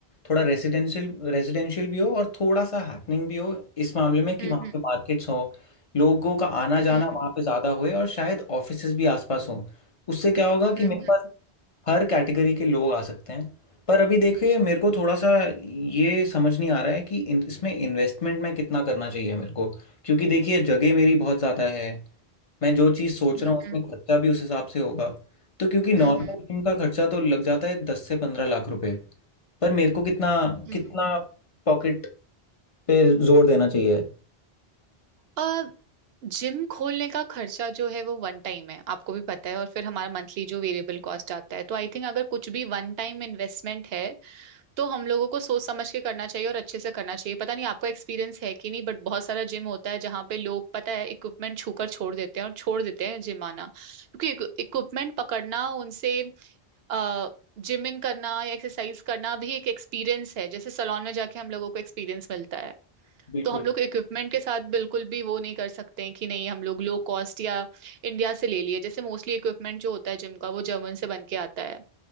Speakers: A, on the left (about 35°); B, on the right (about 75°).
A: थोड़ा रेजिडेंशियल रेजिडेंशियल भी हो और थोड़ा सा हैपनिंग भी हो इस मामले में कि
B: हम्म
A: वहाँ पे मार्केट्स हो लोगों का आना जाना
B: हम्म
A: वहाँ पे ज़्यादा होए और शायद ऑफिसेज भी आसपास हों उससे क्या होगा
B: हम्म
A: कि मेरे पास हर कैटेगरी के लोग आ सकते हैं पर अभी देखिए मेरे को थोड़ा सा ये समझ नहीं आ रहा है कि इन, इसमें इन्वेस्टमेंट में कितना करना चाहिए मेरे को क्योंकि देखिए जगह मेरी बहुत ज़्यादा है मैं जो चीज़ सोच
B: हम्म
A: रहा हूँ उसमें
B: हम्म
A: खर्चा भी उस हिसाब से होगा तो क्योंकि नॉर्मल
B: हम्म हम्म,
A: जिम का खर्चा तो लग जाता है दस से पंद्रह लाख रुपए पर मेरे को कितना
B: हम्म।
A: कितना पॉकेट पे जोर देना चाहिए
B: अ, जिम खोलने का खर्चा जो है वो वन टाइम है आपको भी पता है और फिर हमारा मंथली जो वेरिएबल कॉस्ट आता है तो आई थिंक अगर कुछ भी वन टाइम इन्वेस्टमेंट है तो हम लोगों को सोच समझ के करना चाहिए और अच्छे से करना चाहिए पता नहीं आपका एक्सपीरियंस है कि नहीं बट बहुत सारा जिम होता है जहाँ पे लोग पता है इक्विपमेंट छूकर छोड़ देते हैं और छोड़ देते हैं जिम आना क्योंकि इक्विपमेंट पकड़ना उनसे अ जिमिंग करना या एक्सरसाइज करना भी एक एक्सपीरियंस है जैसे सलोन में जाके हम लोगों को एक्सपीरियंस मिलता है
A: बिल्कुल
B: तो हम लोग इक्विपमेंट के साथ बिल्कुल भी वो नहीं कर सकते हैं कि नहीं हम लोग लो कॉस्ट या इंडिया से ले लिए जैसे मोस्टली इक्विपमेंट जो होता है जिम का वो जर्मन से बन के आता है